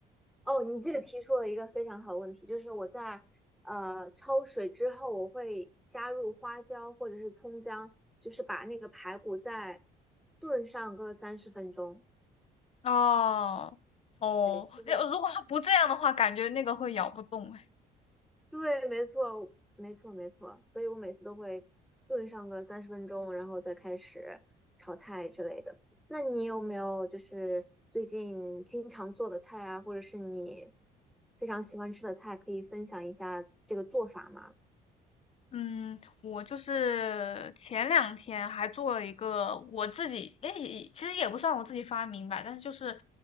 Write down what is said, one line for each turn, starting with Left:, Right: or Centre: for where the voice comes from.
Centre: 哦，你这个提出了一个非常好的问题，就是我在呃焯水之后，我会加入花椒或者是葱姜，就是把那个排骨再炖上个三十分钟，
Left: 哦，哦，
Centre: 对，就会。
Left: 那如果说不这样的话，感觉那个会咬不动哎。
Centre: 对，没错，没错，没错。所以我每次都会炖上个三十分钟，然后再开始炒菜之类的。那你有没有就是最近经常做的菜啊，或者是你非常喜欢吃的菜，可以分享一下这个做法吗？
Left: 嗯，我就是前两天还做了一个我自己，哎，其实也不算我自己发明吧，但是就是